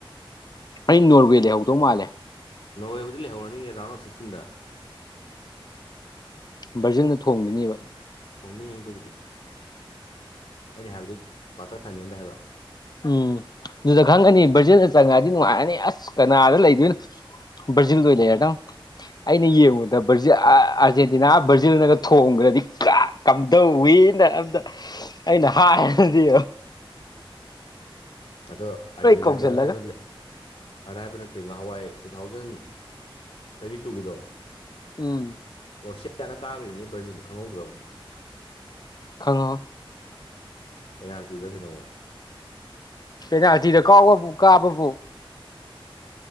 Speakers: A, on the left (about 45°); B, on the left (about 80°).
A: ꯑꯩ ꯅꯣꯔꯋꯦ ꯂꯩꯍꯧꯗꯧ ꯃꯥꯜꯂꯦ
B: ꯅꯣꯋꯦꯕꯨꯗꯤ ꯂꯩꯍꯧꯔꯅꯤ ꯔꯥꯎꯟ ꯑꯣꯐ ꯁꯤꯛꯁꯇꯤꯟꯗ
A: ꯕ꯭ꯔꯖꯤꯜꯅ ꯊꯣꯡꯒꯤꯅꯦꯕ
B: ꯊꯣꯝꯅꯤꯉꯅ ꯇꯧꯕꯗꯤ ꯑꯩꯅ ꯍꯥꯏꯕꯗꯤ ꯀ꯭ꯋꯥꯇꯔ ꯐꯥꯏꯅꯦꯜꯗ ꯍꯥꯏꯕ
A: ꯎꯝ ꯑꯗꯨꯗ ꯈꯪꯉꯅꯤ ꯕ꯭ꯔꯖꯤꯜꯗ ꯆꯪꯉꯗꯤ ꯅꯨꯡꯉꯥꯏꯔꯅꯤ ꯑꯁ ꯀꯅꯥꯗ ꯂꯩꯗꯣꯏꯅꯣ ꯕ꯭ꯔꯥꯖꯤꯜꯗ ꯑꯣꯢ ꯂꯩꯔꯗꯕꯅꯤ ꯑꯩꯅ ꯌꯦꯡꯉꯨꯗ ꯕ ꯑꯥꯔꯖꯦꯟꯇꯤꯅꯥ ꯕ꯭ꯔꯥꯖꯤꯜꯅꯒ ꯊꯣꯡꯈ꯭ꯔꯗꯤ ꯀꯝꯗꯧꯋꯤ ꯑꯗ ꯑꯩꯅ ꯍꯥꯏꯗꯤ
B: ꯑꯗꯣ ꯑꯥꯔꯖꯦꯟꯇꯤꯗꯣ
A: ꯀꯧꯁꯤꯜꯂꯒ
B: ꯑꯔꯥꯏꯕ ꯑꯔꯥꯏꯕ ꯅꯠꯇꯦ ꯉꯍꯥꯟꯋꯥꯏ ꯇꯨ ꯊꯥꯎꯖꯟ ꯇ꯭ꯋꯦꯟꯇꯤ ꯇꯨꯒꯤꯗꯣ
A: ꯎꯝ
B: ꯀ꯭ꯔꯣꯁꯌꯥꯅ ꯀꯥꯈ꯭ꯔꯤꯅꯤ ꯕꯔꯖꯤꯟ ꯈꯪꯍꯧꯗ꯭ꯔꯣ
A: ꯈꯪꯉꯣ
B: ꯄꯦꯅꯥꯜꯇꯤꯗꯈꯤ ꯅꯣꯃ
A: ꯀꯩꯩꯅ ꯍꯥꯊꯤꯗ ꯀꯥꯎꯕꯕꯨ ꯀꯥꯕꯕꯨ